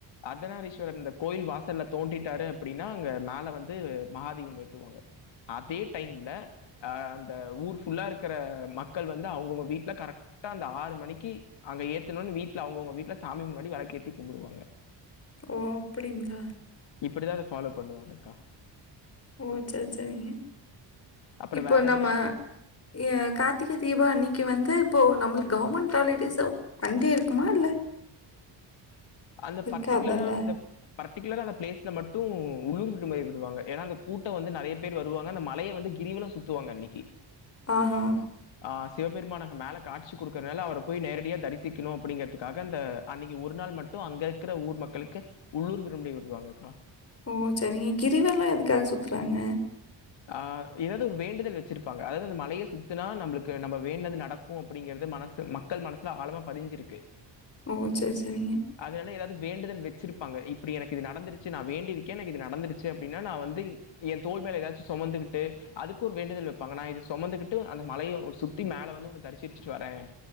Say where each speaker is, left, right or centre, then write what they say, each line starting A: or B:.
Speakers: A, on the left; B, on the left.
A: அதனா ரீ தொறந்த இந்த கோயில் வாசல்ல தோண்டிட்டாரு அப்டீன்னா அங்க மேல வந்து மஹாதீபம் ஏத்துவாங்க அதே டைம்ல அ அந்த ஊர் ஃபுல்லா இருக்குற மக்கள் வந்து அவங்கவுங்க வீட்ல கரெக்ட் டா அந்த ஆறு மணிக்கி அங்க ஏத்தணோனு வீட்ல அவுங்கவுங்க வீட்ல சாமி முன்னாடி வெலக்கேத்தி கும்புடுவாங்க
B: ஓ அப்புடீங்களா
A: இப்படிதா அத ஃபாலோ பண்ணுவாங்கக்கா
B: ஓ செரி செரிங்க
A: அப்புறம்
B: இப்போ
A: வேற
B: நம்ம
A: என்ன
B: ஏ காத்திக தீபோ அன்னிக்கு வந்து இப்போ நம்முளுக்கு கவர்மெண்ட் ஹாலிடேஸோவ் வண்டே இருக்குமா இல்ல
A: அந்த
B: இருக்காதுல்ல.
A: பர்டிகுலரானந்தப் பர்டிகுலரா அந்த ப்ளேஸ்ல மட்டோ உள்ளூர் விடுமுறை விடுவாங்க ஏன்னா அந்த கூட்டோ வந்து நறைய பேர் வருவாங்க அந்த மலைய வந்து கிரிவலம் சுத் த்துவாங் அண்ணிக்கி
B: ஆஹா
A: ஆ சிவபெருமானக்கு மேல காட்சி குடுக்குறதுனால அவர போய் நேரடியா தரிசிக்கணோ அப்பிடிங்கற் த்துக்காக அந்த அன்னிக்கு ஒரு நாள் மட்டு அங்க இருக்குற ஊர் மக்களுக்கு உள்ளூர் விடுமுறை விடுவாங்கக்கா
B: ஓ செரிங்க கிரிவலோ எதுக்காக சுத்துறாங்க
A: ஆ எதாவது ஒரு வேண்டுதல் வெச்சிருப்பாங்க அதாவது அந்த மலைய சுத்துனா நம்முளுக்கு நம்ம வேண்ட்னது நடக் கோ அப்டீங்கறது மனசு மக்கள் மனசுல ஆழமா பதிஞ்சிருக்கு
B: ஓ செர் செரிங்க
A: அதனால ஏதாவது வேண்டுதல் வெச்சிருப்பாங்க இப்பிடி எனக்கு இது நடந்துருச்சு நா வேண்டிருக்கே எனக்கு இது நடந்துருச்சு அப்டீன்னா நா வந்து ஏ தோல் மேல எதாச் சொமந்துகிட்டு அதுக்கு ஒரு வேண்டுதல் வெப்பாங்க நா இது சொமந்துகிட்டு அந்த மலைய சுத்தி மேல வந்து உன்ன தரிசிட்டு வரே